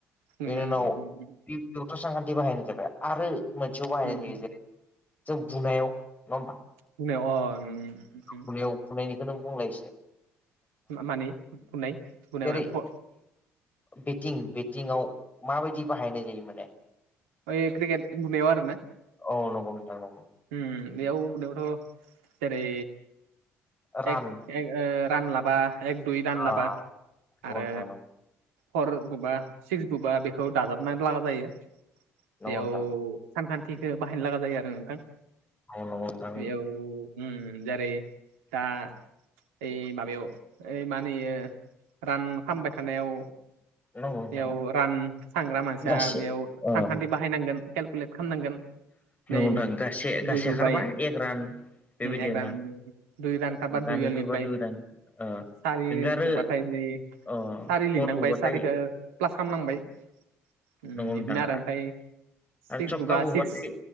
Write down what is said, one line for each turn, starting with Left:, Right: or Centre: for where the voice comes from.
Right: उम
Left: बेनि
Right: नंगौ
Left: उनाव
Right: नंगौ
Left: बे <unintelligible> सानखान्थि बाहायनाय जाबाय आरो मोनसेयाव बाहायनाय
Right: उम
Left: जायो जेरै जों बुनायाव नङा होमबा
Right: बुनायाव अ नों
Left: बुनायाव बुनायनिखौ नों बुंलायसै
Right: मानि बुनाय बुनाय
Left: जेरै
Right: मा <unintelligible>
Left: बेटिं बेटिंआव माबायदि बाहायनाय जायो माने
Right: ओ क्रिकेट बुनायाव आरो ना
Left: औ नंगौ नोंथां नंगौ
Right: ओ बेयाव बुनायावथ' जेरै
Left: रान
Right: एक एक रान लाबा एक दुइ
Left: अ
Right: रानलाबा
Left: नंगौ
Right: आरो
Left: नोंथां
Right: फर बुबा सिक्स बुबा बेखौ दाजाबनानै लागा जायो
Left: नंगौ
Right: बेयाव
Left: नोंथां
Right: सानखान्थिखौ बाहायनो लागा जायो आरो नोंथां
Left: औ नंगौ नोंथां
Right: बेयाव जेरै दा ओइ माबायाव ओइ मा होनो इयो रान खामबाय थानायाव
Left: नंगौ नोंथां
Right: बेयाव रान सानग्रा मानसिया
Left: गासै
Right: बेयाव
Left: अ
Right: सानखान्थि
Left: नंगौ
Right: बाहायनांगोन केलकुलेट खालामनांगोन नै
Left: नोंथां गासे गासे
Right: दुइ बुबाय
Left: खारबा एक रान बेबायदि
Right: एक
Left: आरोना
Right: रान रान खारबा
Left: दानि
Right: दुइयाव लिरबाय
Left: खारबा दुइ रान ओ बेनिफ्राय
Right: सारि बुबाथाय
Left: आरो
Right: नै
Left: अ
Right: सारि लिरनांबाय
Left: फर बुबाथाय
Right: सारिखौ प्लास खालामनांबाय ओ
Left: नंगौ
Right: बिदिनो
Left: नोंथां
Right: आरो ओमफ्राय सिक्स
Left: आरो सखखा
Right: बुबा
Left: बुबाथाय
Right: सिक्स